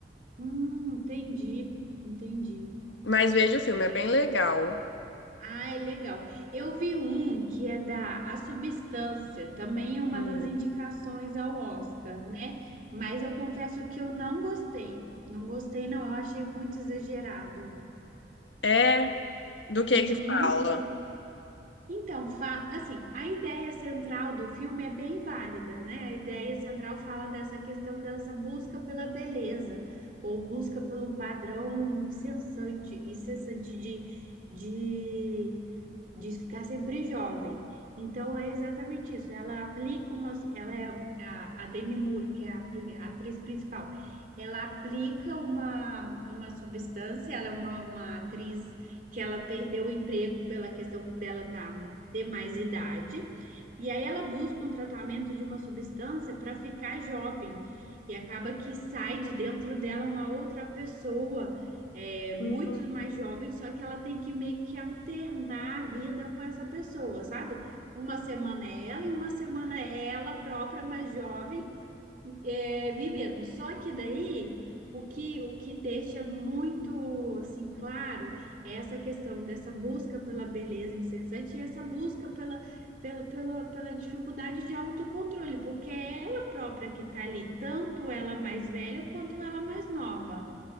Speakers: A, on the right (about 45°); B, on the left (about 85°).
A: Hum, entendi, entendi.
B: Mas veja o filme, é bem legal.
A: Ah, é legal. Eu vi um que é da A Substância, também é uma
B: Hum.
A: das indicações ao Oscar, né? Mas eu confesso que eu não gostei. Não gostei, não. Eu achei muito exagerado.
B: É, do que
A: Uhum.
B: que fala?
A: Então, fa- assim, a ideia central do filme é bem válida, né? A ideia central fala dessa questão dessa busca pela beleza, ou busca pelo padrão incessante, incessante de, de de ficar sempre jovem. Então é exatamente isso. Ela aplica uma, ela é a, a Demi Moore, que é a, pri- a atriz principal. Ela aplica uma, uma substância, ela é uma, uma atriz que ela perdeu o emprego pela questão dela tá, ter mais idade. E aí ela busca um tratamento de uma substância para ficar jovem. E acaba que sai de dentro dela uma outra pessoa é, muito
B: Hum,
A: mais jovem, só que ela tem que meio que alternar a vida com essa pessoa, sabe? Uma semana é ela e uma semana é ela própria, mais jovem, é, vivendo. Só que daí o que, o que deixa muito assim claro é essa questão dessa busca pela beleza incessante e essa busca pela, pela, pela, pela dificuldade de autocontrole, porque é ela própria que está ali, tanto ela mais velha quanto ela mais nova.